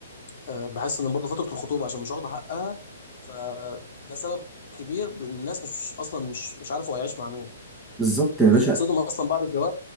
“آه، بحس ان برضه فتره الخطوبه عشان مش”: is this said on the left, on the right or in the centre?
Left